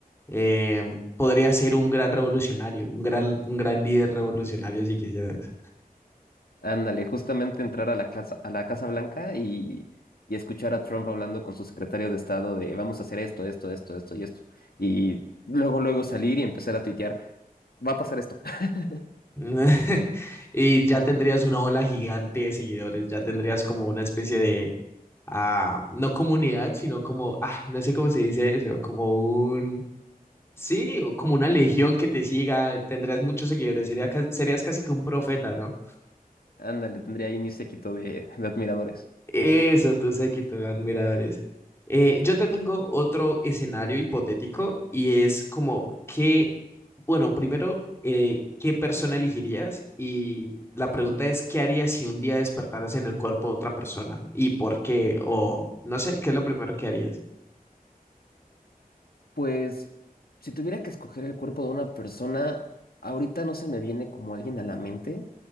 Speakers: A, on the left (about 15°); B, on the left (about 85°).
A: Eh, podría ser un gran revolucionario, un gran, un gran líder revolucionario si quisieras.
B: Ándale, justamente entrar a la casa, a la Casa Blanca y, y escuchar a Trump hablando con su secretario de Estado de vamos a hacer esto, esto, esto, esto y esto. Y luego, luego salir y empezar a tuitear, va a pasar esto. <laughs>
A: <laughs> Y ya tendrías una ola gigante de seguidores, ya tendrías como una especie de, ah, no comunidad, sino como, ah, no sé cómo se dice eso, como un, sí, o como una legión que te siga, tendrías muchos seguidores, sería, ca- serías casi que un profeta, ¿no?
B: Ándale, tendría ahí mi séquito de, de admiradores.
A: Eso, tus séquito, de admiradores. Eh, yo te tengo otro escenario hipotético y es como que, bueno, primero, eh, ¿qué persona elegirías? Y la pregunta es, ¿qué harías si un día despertaras en el cuerpo de otra persona? ¿Y por qué? O no sé, ¿qué es lo primero que harías?
B: Pues, si tuviera que escoger el cuerpo de una persona, ahorita no se me viene como alguien a la mente,